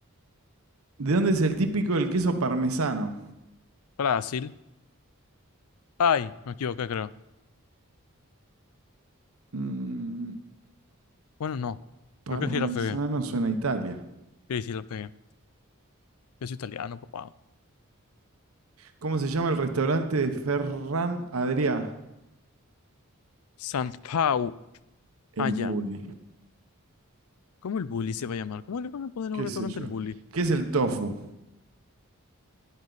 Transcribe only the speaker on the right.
¿De dónde es el típico el queso parmesano?
Mm,
parmesano
suena a Italia.
¿Cómo se llama el restaurante de Ferran Adrià?
El
Bully,
qué
sé yo.
¿Qué es el tofu?